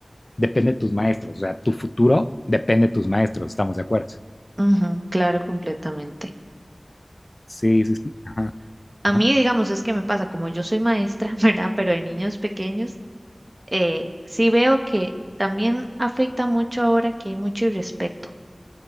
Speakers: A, on the left; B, on the right.
A: depende de tus maestros, o sea, tu futuro depende de tus maestros, estamos de acuerdo.
B: ujú, claro, completamente.
A: Sí, sí, sí. Ajá,
B: A
A: ajá,
B: mí, digamos, es que me pasa, como yo soy maestra, <laughs> ¿verdad? Pero de niños pequeños, eh, sí veo que también afecta mucho ahora que hay mucho irrespeto,